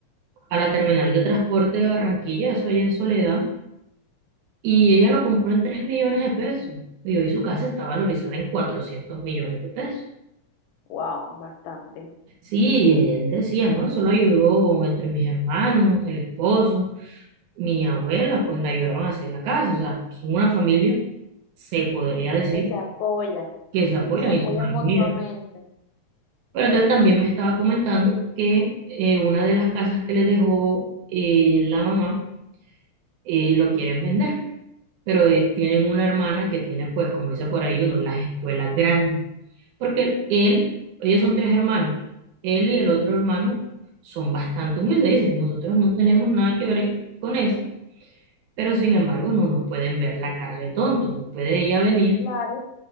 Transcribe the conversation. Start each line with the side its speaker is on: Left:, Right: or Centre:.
Right: a la terminal de transporte de Barranquilla, eso allá en Soledad, y ella lo compró en 3 millones de pesos. Y hoy su casa está valorizada en 400 millones de pesos.
Left: wow, bastante.
Right: Sí, y él decía, ¿no? Eso lo ayudó entre mis hermanos, el esposo. mi abuela, pues la ayudaron a hacer la casa. O sea, son una familia, se podría decir,
Left: Que se apoya,
Right: que se apoyan
Left: se apoyan
Right: y son algo
Left: mutuamente.
Right: unidas. Pero entonces también me estaba comentando que eh, una de las casas que les dejó eh, la mamá eh, lo quieren vender. Pero eh, tienen una hermana que tiene, pues, como dice por ahí uno, las espuelas grandes. Porque él, ellos son tres hermanos. Él y el otro hermano son bastante humildes. Dicen, nosotros no tenemos nada que ver con eso pero sin embargo no nos pueden ver la cara de tonto, no puede ella venir
Left: Claro,